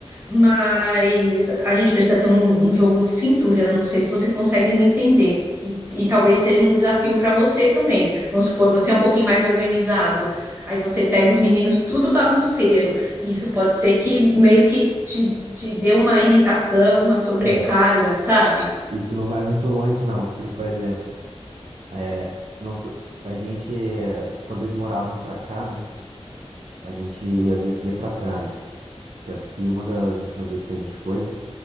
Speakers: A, on the right; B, on the right.
A: mas a gente precisa ter um, um jogo de cintura. Não sei se você consegue me entender. E, e talvez seja um desafio para você também. Vamos supor, você é um pouquinho mais organizado. Aí você pega os meninos tudo bagunceiro. E isso pode ser que meio que te, te dê uma irritação, uma sobrecarga,
B: É,
A: sabe?
B: isso não vai muito longe, não, porque, por exemplo. É, não tô- a gente, eh, quando eles moravam pra cá, né? A gente às vezes ia pra praia. Tanto que uma das últimas vezes que a gente foi,